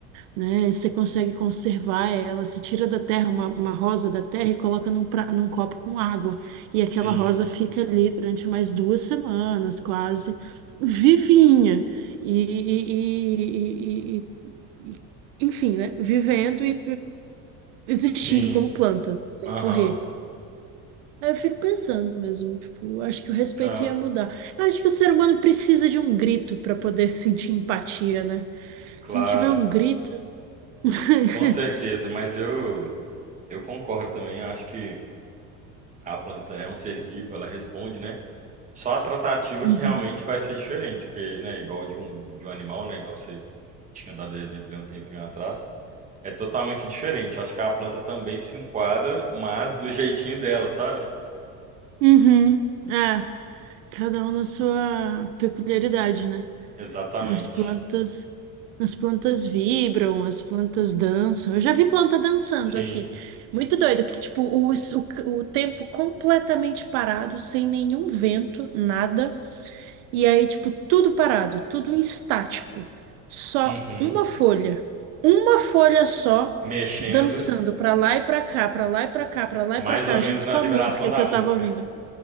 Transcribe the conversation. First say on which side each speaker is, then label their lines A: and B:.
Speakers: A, on the right; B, on the right.
A: né? Você consegue conservar ela, você tira da terra uma, uma rosa da terra e coloca num, pra- num copo com água. E aquela
B: sim,
A: rosa fica ali durante mais duas semanas, quase, vivinha. E, e- e- e- e- e- enfim, né? Vivendo e e existindo
B: sim.
A: como planta, sem
B: Aham.
A: morrer. Aí eu fico pensando mesmo, tipo, acho que o respeito
B: Não,
A: ia mudar. Eu acho que o ser humano precisa de um grito para poder sentir empatia, né?
B: claro,
A: Se não tiver um grito. <laughs>
B: com certeza, mas eu eu concordo também, acho que a planta é um ser vivo, ela responde, né? Só a tratativa
A: Uhum.
B: que realmente vai ser diferente, porque, né, igual de um de um animal, né, igual você tinha dado o exemplo há um tempinho atrás, é totalmente diferente. Acho que a planta também se enquadra, mas do jeitinho dela, sabe?
A: Uhum. É, cada um na sua peculiaridade, né?
B: Exatamente.
A: As plantas, as plantas vibram, as plantas dançam. Eu já vi planta dançando
B: Sim.
A: aqui. Muito doido, que tipo, o, o, o tempo completamente parado, sem nenhum vento, nada. E aí, tipo, tudo parado, tudo em estático. Só
B: Uhum.
A: uma folha. Uma folha só.
B: Mexendo
A: Dançando pra lá e pra cá, pra lá e pra cá, pra lá
B: mais
A: e pra cá,
B: ou menos
A: junto
B: na
A: com
B: vibração
A: a música
B: da
A: que eu
B: música.
A: tava ouvindo